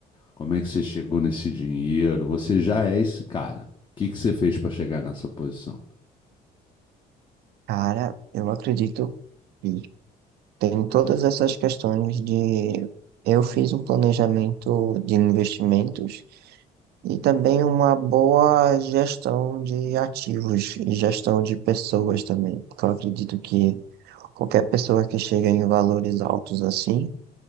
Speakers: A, on the left; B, on the right.
A: Como é que você chegou nesse dinheiro? Você já é esse cara. O que que você fez para chegar nessa posição?
B: Cara, eu acredito que tem todas essas questões de. Eu fiz um planejamento de investimentos. E também uma boa gestão de ativos e gestão de pessoas também, porque eu acredito que qualquer pessoa que chega em valores altos assim